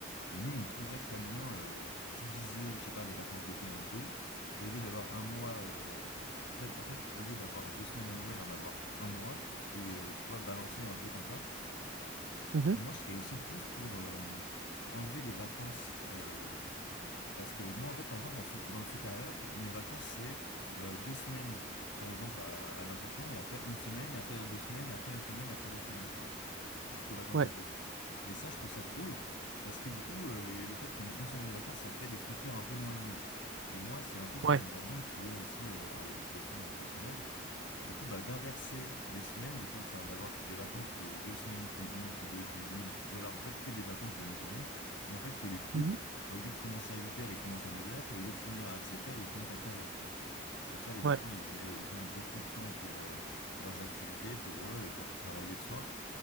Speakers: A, on the left; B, on the right.
A: Mais nous, on pourrait très bien euh, diviser, je sais pas, les vacances d'été en deux. Et au lieu d'avoir un mois, euh, en fait, en fait, au lieu d'avoir deux semaines à Noël, en avoir un mois. Et euh, tu vois, balancer un peu comme ça.
B: mhm,
A: Et moi, je serais aussi plus pour euh, enlever les vacances. euh, parce que moi, en fait, par exemple, en sup- dans le supérieur, mes vacances, c'est euh, deux semaines, par exemple, à, à l'Ascension, et après une semaine, et après deux semaines, et après une semaine, et après deux semaines, tu vois, jusqu'aux vacances
B: ouais,
A: d'été. Et ça, je trouve ça cool parce que du coup, euh, les- le fait qu'on ait une semaine de vacances, ça fait des coupures un peu moins longues. Et moi, c'est un truc
B: ouais.
A: que j'aimerais bien qu'il y ait aussi euh, à l'éducation euh, nationale. Du coup, bah, d'inverser les semaines, du coup, enfin, d'avoir des vacances de deux semaines, puis une, puis deux, puis une, ou alors en fait que des vacances de une semaine. Et en fait, que les cours,
B: Mhm.
A: bah, au lieu de commencer à huit heures ils commencent à neuf heures et au lieu de finir à dix-sept heures ils finissent à quinze heures tu vois. Comme ça, les
B: Ouais,
A: enfants, ils, aient- ils ont beaucoup de temps pour euh, leurs activités, pour eux et pour travailler le soir.